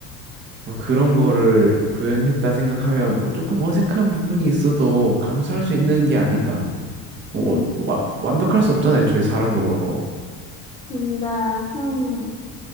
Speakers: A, on the right (about 30°); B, on the left (about 20°).
A: 뭐 그런 거를 구현했다 생각하면 뭐 조금 어색한 부분이 있어도 감수할 수 있는 게 아닌가. 뭐
B: 음,
A: 어, 와- 완벽할 수 없잖아요. 저희 사람도 그렇고.
B: 근데, 음,